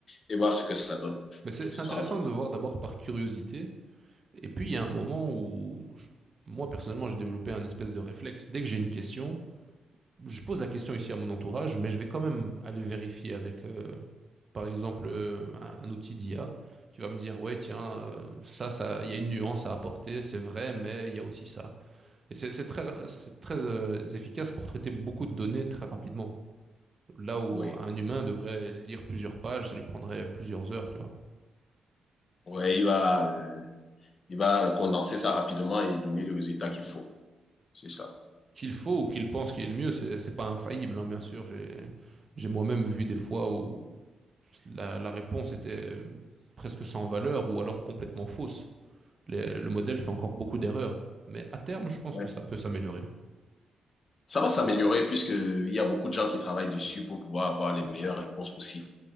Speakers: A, on the left (about 40°); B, on the right (about 30°).
A: et voir ce que ça donne.
B: Mais c'est
A: Ce
B: c'est intéressant
A: sera bon.
B: de voir d'abord par curiosité, et puis il y a un moment où, je- moi personnellement, j'ai développé un espèce de réflexe. Dès que j'ai une question, je pose la question ici à mon entourage, mais je vais quand même aller vérifier avec, euh, par exemple, euh, un, un outil d'IA qui va me dire, ouais, tiens, euh, ça, ça, il y a une nuance à apporter, c'est vrai, mais il y a aussi ça. Et c'est c'est très, c'est très euh, efficace pour traiter beaucoup de données très rapidement. Là où
A: Oui.
B: un humain devrait lire plusieurs pages, ça lui prendrait plusieurs heures, tu vois.
A: Ouais, il va, euh, il va condenser ça rapidement et donner le résultat qu'il faut. C'est ça.
B: Qu'il faut ou qu'il pense qu'il est le mieux, c'est c'est pas infaillible, hein, bien sûr. J'ai j'ai moi-même vu des fois où la, la réponse était euh, presque sans valeur ou alors complètement fausse. Les- le modèle fait encore beaucoup d'erreurs, mais à terme, je pense
A: Ouais.
B: que ça peut s'améliorer.
A: Ça va s'améliorer puisqu'il y a beaucoup de gens qui travaillent dessus pour pouvoir avoir les meilleures réponses possibles.